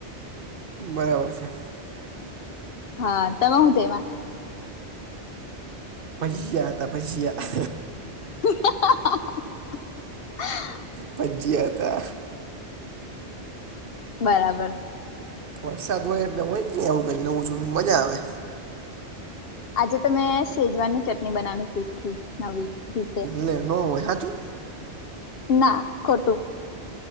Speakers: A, on the right; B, on the left.
A: બરાબર છે
B: હા તમે હું જવા
A: પૈ્યા હતા પૈસ્યા
B: <inaudible>
A: ભજજયા હતા
B: બરાબર
A: વરસાદ હોય એટલે હોય નઈ આવું કઈક નવું જૂનું મજા આવે
B: આજે તો મેં સેજવાનની ચટણી બનાવવાનું શીખી નવી રીતે
A: લે ન હ તું
B: ના કટું